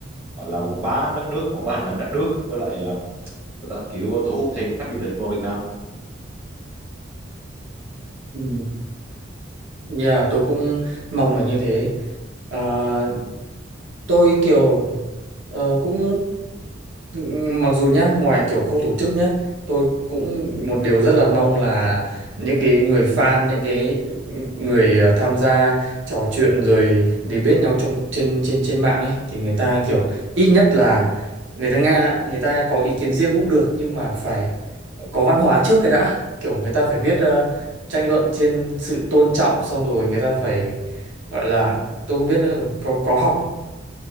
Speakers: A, on the right; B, on the right.
A: gọi là quảng bá đất nước quảng bá hình ảnh đất nước với lại à, người ta kiểu thu hút thêm khách du lịch vào Việt Nam
B: ừ. Dạ, tôi cũng mong là như thế. Ờ, tôi kiểu ờ, cũng m- mặc dù nhá ngoài kiểu khâu tổ chức nhá tôi cũng một điều rất là mong là những cái người fan những cái người ờ, tham gia trò chuyện rồi để biết nhau trong trên trên trên mạng ấy thì người ta kiểu ít nhất là người ta nga người ta có ý kiến riêng cũng được nhưng mà phải có văn hóa trước cái đã kiểu người ta phải biết ờ, tranh luận trên sự tôn trọng xong rồi người ta phải gọi là tôi không biết nữa có có học